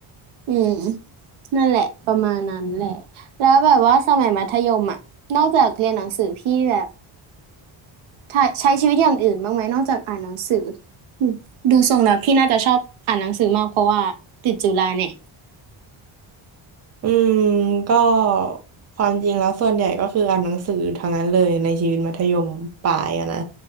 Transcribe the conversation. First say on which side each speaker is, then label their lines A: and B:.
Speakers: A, on the right; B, on the right.
A: อืมนั่นแหละประมาณนั้นแหละแล้วแบบว่าสมัยมัธยมอ่ะนอกจากเรียนหนังสือพี่แบบใช้ใช้ชีวิตอย่างอื่นบ้างไหมนอกจากอ่านหนังสือ ดูทรงแล้วพี่น่าจะชอบอ่านหนังสือมากเพราะว่าติดจุฬาเนี่ย
B: อืมก็ความจริงแล้วส่วนใหญ่ก็คืออ่านหนังสือทั้งนั้นเลยในชีวิตมัธยมปลายอะนะ